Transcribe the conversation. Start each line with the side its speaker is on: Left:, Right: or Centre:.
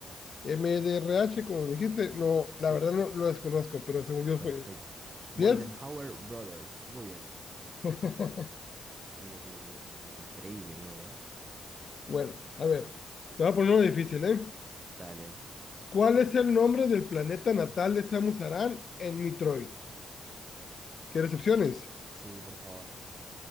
Left: MDRH, como me dijiste. No, la
Right: Sí,
Left: verdad no lo desconozco, pero según yo
Right: Perfecto.
Left: fue.
Right: Moldenhauer
Left: ¿Sí es?
Right: Brothers. Muy bien.
Left: <laughs>
Right: Bien, bien, bien, bien, bien. Increíble nivel, ¿eh?
Left: Bueno, a ver, te voy a poner uno difícil, ¿eh?
Right: Dale.
Left: ¿Cuál es el nombre del planeta natal de Samus Aran en Metroid? ¿Quieres opciones?
Right: Sí, por favor.